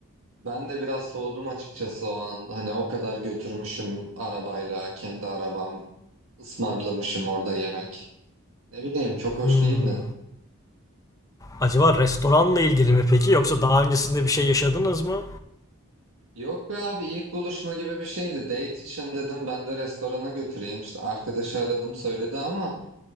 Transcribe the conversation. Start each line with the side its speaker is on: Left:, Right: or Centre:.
Right: Ben de biraz soğudum açıkçası o an. Hani o kadar götürmüşüm arabayla, kendi arabam. ısmarlamışım orada yemek. Ne bileyim çok hoş
Left: Hmm.
Right: değildi.
Left: Acaba restoranla ilgili mi peki yoksa daha öncesinde bir şey yaşadınız mı?
Right: Yok be abi ilk buluşma gibi bir şeydi. Date için dedim ben de restorana götüreyim. İşte arkadaşı aradım söyledi ama